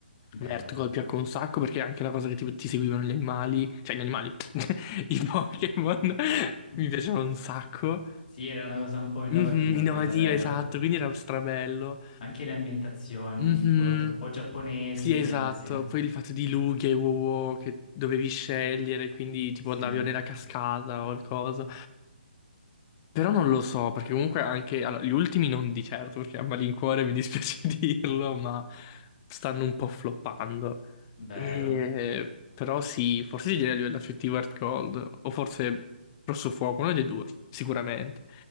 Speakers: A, on the left; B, on the left.
A: Bello
B: A me Earthgold
A: quello.
B: piacque un sacco perché anche la cosa che ti, ti seguivano gli animali, cioè gli animali, <laughs> i Pokémon <laughs>
A: <laughs>
B: mi piacevano un sacco.
A: Sì, era una cosa un po' innovativa
B: Mhm, innovativa,
A: quella, vero?
B: esatto, quindi era strabello.
A: Anche le ambientazioni,
B: Mhm.
A: mi ricordo, un po' giapponesi,
B: Sì,
A: belle,
B: esatto.
A: sì.
B: Poi il fatto di lughe e wow wow che dovevi scegliere, quindi tipo
A: Sì,
B: andavi o nella cascata o il coso. Però non lo so, perché comunque anche allora, gli ultimi non di certo, perché a malincuore mi dispiace <laughs> dirlo, ma stanno un po' floppando.
A: vero.
B: E- Però sì, forse ti direi a livello affettivo Heart Gold, o forse Rosso Fuoco, uno dei due, sicuramente.